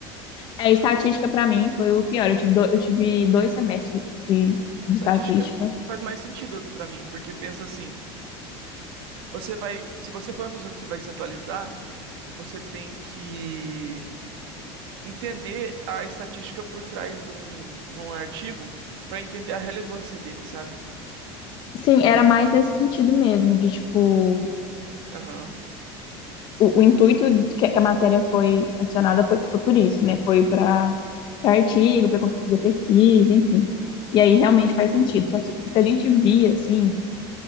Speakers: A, on the left (about 35°); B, on the right (about 75°).
A: É, estatística para mim foi o pior. Eu tive, do- eu tive dois semestres de, de
B: Estatística
A: estatística.
B: faz mais sentido pra mim, porque pensa assim, você vai. Se você for uma pessoa que você vai se atualizar, você tem que entender a estatística por trás de um, de um artigo pra entender a relevância dele, sabe?
A: Sim, era mais nesse sentido mesmo, de tipo,
B: Aham.
A: o, o intuito que, que a matéria foi adicionada foi, foi por isso, né? Foi para artigo, para conseguir fazer pesquisa, enfim. E aí realmente faz sentido. Só que o que a gente via, assim,